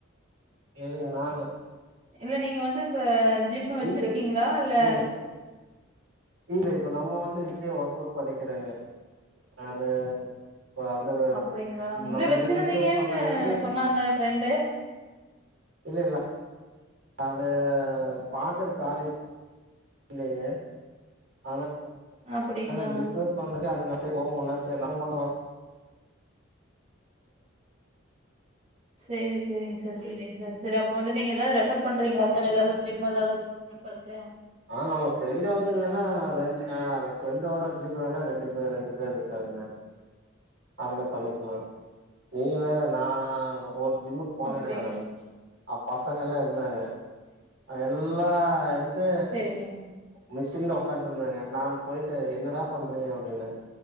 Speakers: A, on the right (about 70°); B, on the right (about 40°).
A: எதுங்க நானா
B: இல்ல நீங்க வந்து இப்ப ஜிம்மு வச்சிருக்கீங்களா
A: இல்லை
B: இல்ல
A: ம் இல்ல இப்ப நம்ம வந்து வீட்லயே ஒர்க் அவுட் பண்ணிக்கிறேங்க அது இப்ப அந்த
B: அப்டிங்களா இல்ல
A: நம்ம
B: வச்சிருந்தீங்கன்னு
A: இந்த பிசினஸ்க்கு வந்தங்காட்டிக்கு
B: சொன்னாங்க ஃப்ரெண்டு
A: இல்லல்ல அது பாக்குறக்கு ஆளு இல்லைங்க ஆனா
B: அப்டிங்களா?
A: அதுனால பிஸ்னஸ் <unintelligible> அதுதா செரி போ முல்ல செரி நம்ம மட்டு <unintelligible>
B: சேரி சேரிங் சார் செரிங்க சார் செரி அப்ப வந்து நீங்க ஏதாது ரெஃபர் பண்றீங்களா சார் ஏதாவது ஜிம் ஏதாது <unintelligible>
A: ஆ நம்ம ஃப்ரெண்டோடது வேணா ரெண்டு அ ஃப்ரெண்டோட ஜிம்மு வேணா ரெண்டு பேர் ரெண்டு பேர் இருக்காங்க அதுல பண்ணிக்கலா நீங்க வேற நா ஜிம்முக்கு போனேங்க
B: அப்டி
A: மேடம் அப் பசங்க எல்லா இருந்தாங்க எல்லா எடு
B: செரிங்க
A: மிஷின்ல உக்கான்ட்டு இருந்தாங்க நான் போயிட்டு என்னடா பண்றீங்க அப்டின்னே